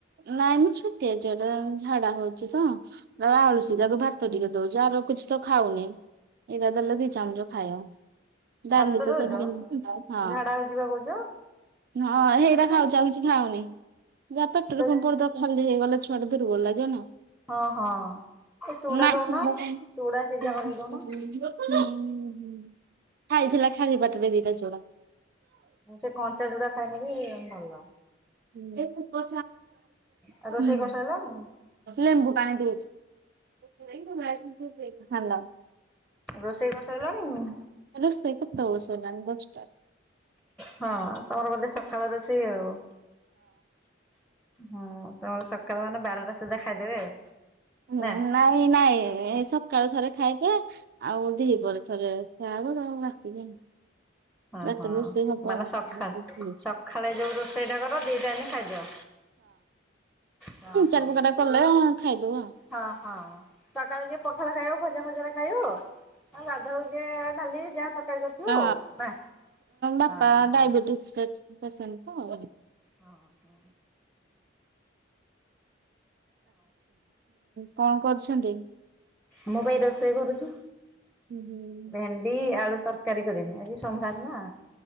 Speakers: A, on the right; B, in the centre.
A: ନାଇଁ ମୁଁ ଛୋଟିଆଛିଟା ଝାଡା ହୋଉଚି ତ ଆଳୁସୀ ତାକୁ ଭାତ ଟିକେ ଦୋଉଚି ଆର କିଛି ତ ଖାଉନିଁ ଏଇକା ଦେଲେ ଦିଇ ଚାମଚ ଖାଇବ। ଦାଲି
B: ଭାତ
A: ତ
B: ଦଉଛ?
A: ଦେବିନି <inaudible> ହଁ।
B: ଝାଡା ହଉଛି ବା କହୁଛ
A: ହଁ ହେଇରା
B: ଭାତ କାଇଁ
A: ଖାଉଚି ଆଉ କିଛି ଖାଉନି। ଯାହା ପଟରେ
B: ତ
A: କଣ ପଡିଦ ଖାଲି ହେଇଗଲା ଛୁଆଟି ଦୁର୍ବଳ ଲାଗିବନ।
B: ହଁ ହଁ। ଏ ଚୁଡା
A: ନାଇଁ
B: ଦଉନ
A: <unintelligible> ଖାଇଥିଲା
B: ଚୁଡା ସିଝା କରିକି ଦଉନ
A: ଖାଲି ବାଟରେ ଦିଇଟା ଚୁଡ଼ା।
B: ହଁ ସେ କଞ୍ଚା ଚୁଡା ଖାଇଲେବି ଭଲ।
A: ହୁଁ <inaudible> ହୁଁ
B: ଆଉ
A: <inaudible>
B: ରୋଷେଇ
A: ହୁଁ
B: କରିସାରିଲଣି?
A: ଲେମ୍ବୁ ପାଣି ଦେଇଛି। <inaudible> ହାଲୋ।
B: ରୋଷେଇ କଆରିସାଇଲଣି।
A: ରୋସେଇ କେତୋବେଳୁ ସରିଲାଣି ଦସଟାରୁ।
B: ହଁ ତମର ବୋଧେ ସକାଳ ରୋଷେଇ ଆଉ। ହୁଁ ତମେ ସକାଳ ମାନେ ବାରଟା ସୁଦ୍ଧା ଖାଇଦେବେ ଆଉ।
A: ହୁଁ
B: ନା
A: ନାଇଁ ନାଇଁ ଏ ସକାଳେ ଥରେ ଖାଇବେ ଆଉ ଦହି
B: ହଁ।
A: ପରେ ଥରେ ଖାଇବ ତାପରେ ରାଟିକି
B: ହଁ
A: ଏତ
B: ହଁ
A: ବେଶି ହବ
B: ମାନେ ସକାଳ
A: ହବ କୋଠି। ହଁ
B: ସକାଳେ ଯୋଉ ରୋଷେଇ ଟା କର
A: ତିନି
B: ଦି ଟାଇମ ଖାଇଦିଅ। ହଁ ହଁ।
A: ଚାରି ପକା ଟା କଲେ ଖାଇଦବ ଆଉ।
B: ହଁ ହଁ ସକାଳେ ଯେ ପଖଳ ଖାଇବା ଭଜା ସକାଳେ ଖାଇବ ଆଉ ଗାଦୁଆ ବେଳକୁ ଯିଏ ଡାଲି ଯାହା ତରକାରୀ କରିଥିବ
A: ହଁ
B: ଆଉ ନା।
A: ବାପା
B: ହଁ ହଁ
A: ଡାୟବେିଟିସ୍ ପେସେଣ୍ଟ ତ।
B: ହଁ ହ।
A: କଣ କରୁଛନ୍ତି?
B: ମୁଁ ପା ଏଇ ରୋଷେଇ କରୁଛୁ
A: ହୁଁ ହୁଁ।
B: ଭେଣ୍ଡି ଆଳୁ ତରକାରୀ କରିନି ଆଜି ସୋମବାର ନା